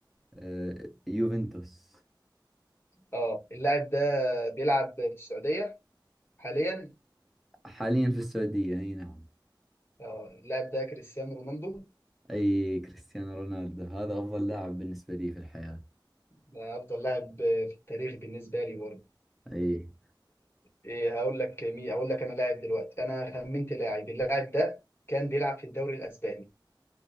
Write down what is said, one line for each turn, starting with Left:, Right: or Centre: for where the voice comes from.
Centre: آه، يوفنتوس
Left: اه اللاعب ده بيلعب في السعودية حاليا
Centre: حاليا في السعودية أي نعم
Left: اه اللاعب ده كريستيانو رونالدو
Centre: أي كريستيانو رونالدو هذا أفضل لاعب بالنسبة لي في الحياة
Left: ده افضل لاعب في التاريخ بالنسبة لي برضه
Centre: أي
Left: إيه هقول لك مين هقول لك انا لاعب دلوقتي انا خمنت لاعب اللاعب ده كان بيلعب في الدوري الاسباني